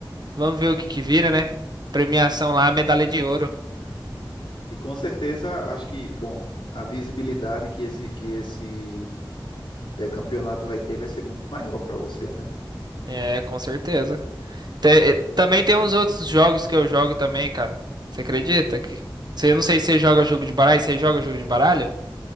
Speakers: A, on the right; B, on the left.
A: Vamos ver o que que vira, né? Premiação lá, medalha de ouro.
B: E com certeza, acho que, bom, a visibilidade que esse, que esse eh, campeonato vai ter vai ser muito maior para você, né?
A: É, com certeza. Te- também tem uns outros jogos que eu jogo também, cara. Você acredita que? Você, eu não sei se você joga jogo de baralho, você joga jogo de baralho?